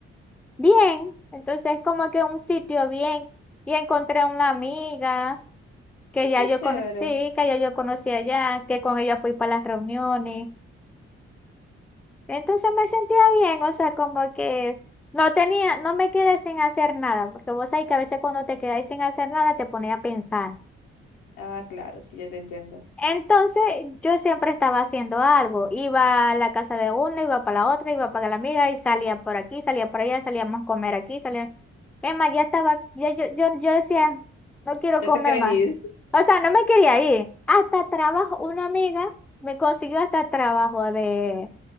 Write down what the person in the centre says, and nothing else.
bien, entonces como que un sitio bien y encontré una amiga que
ya
yo
conocí, que ya yo conocí allá, que con ella fui para las reuniones. Entonces me sentía bien, o sea, como que no tenía, no me quedé sin hacer nada, porque vos sabés que a veces cuando te quedáis sin hacer nada te pones a pensar.
Entonces yo siempre estaba haciendo algo, iba a la casa de una, iba para la otra, iba para la amiga y salía por aquí, salía por allá, salíamos a comer aquí, salía... Es más, ya estaba, ya, yo, yo, yo decía, no quiero
comer
más.
O sea, no me quería ir. Hasta trabajo, una amiga me consiguió hasta trabajo de,